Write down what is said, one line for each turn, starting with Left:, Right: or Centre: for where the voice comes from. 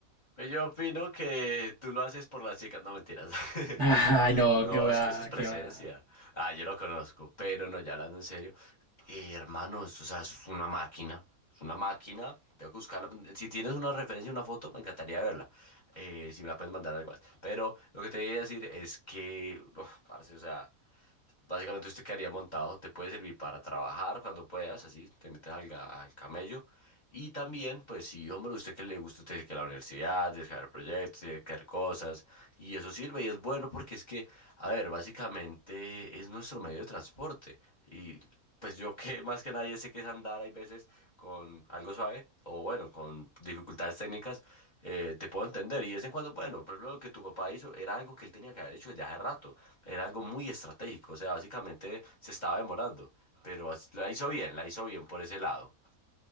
Left: Pero yo opino que tú lo haces por las chicas. No, mentiras. <laughs>
Right: Ah,
Left: Eh,
Right: no,
Left: no,
Right: que va,
Left: es que eso es presencia.
Right: que va.
Left: Ah, yo lo conozco. Pero no, ya hablando en serio. eh, hermano, eso, o sea, eso es una máquina. Es una máquina. Tengo que buscarla. Si tienes una referencia, una foto, me encantaría verla. Eh, si me la puedes mandar algo más. Pero lo que te voy a decir es que... uf, parce, o sea... Básicamente usted quedaría montado, te puede servir para trabajar cuando puedas, así, te metes al, ga- al camello. Y también, pues sí, hombre, usted que le gusta, usted dice que la universidad, tiene que hacer proyectos, tiene que hacer cosas, y eso sirve y es bueno porque es que, a ver, básicamente es nuestro medio de transporte. Y pues yo que <laughs> más que nadie sé que es andar, hay veces con algo suave o bueno, con dificultades técnicas, eh, te puedo entender. Y de vez en cuando, bueno, por ejemplo, lo que tu papá hizo era algo que él tenía que haber hecho desde hace rato, era algo muy estratégico, o sea, básicamente se estaba demorando, pero as- la hizo bien, la hizo bien por ese lado. <laughs>